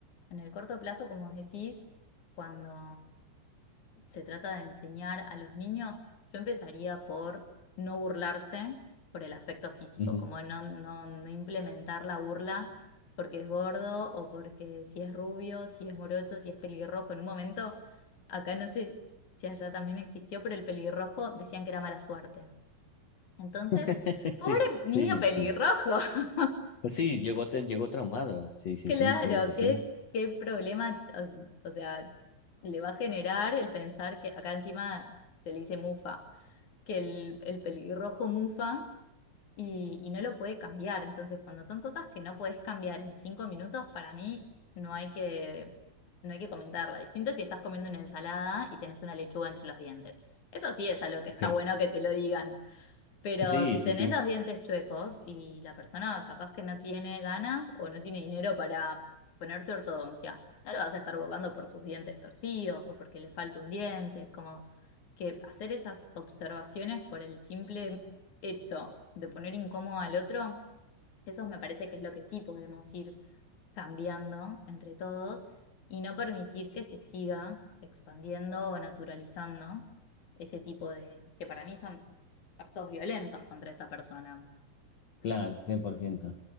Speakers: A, on the left (about 40°); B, on the left (about 65°).
A: En el corto plazo, como os decís, cuando se trata de enseñar a los niños, yo empezaría por no burlarse por el aspecto físico,
B: ujú.
A: como no, no, no implementar la burla porque es gordo o porque si es rubio, si es morocho, si es pelirrojo. En un momento, acá no sé si allá también existió, pero el pelirrojo decían que era mala suerte. Entonces,
B: <laughs>
A: pobre
B: Sí,
A: niño
B: sí,
A: pelirrojo,
B: sí.
A: <laughs>
B: Sí, llegó, te- llegó traumado. Sí, sí,
A: claro,
B: sí, claro que sí.
A: qué, qué problema, o o sea, le va a generar el pensar que acá encima se le dice mufa que el, el pelirrojo mufa y, y no lo puede cambiar. Entonces, cuando son cosas que no puedes cambiar en cinco minutos, para mí no hay que, no hay que comentarla. Distinto si estás comiendo una ensalada y tenés una lechuga entre los dientes. Eso sí es a lo que
B: Ok.
A: está bueno que te lo digan, pero
B: Sí,
A: si
B: sí,
A: tenés
B: sí,
A: los dientes chuecos y la persona capaz que no tiene ganas o no tiene dinero para ponerse ortodoncia, no lo vas a estar burlando por sus dientes torcidos o porque le falta un diente, como que hacer esas observaciones por el simple hecho de poner incómodo al otro, eso me parece que es lo que sí podemos ir cambiando entre todos y no permitir que se siga expandiendo o naturalizando ese tipo de, que para mí son actos violentos contra esa persona.
B: claro, 100%.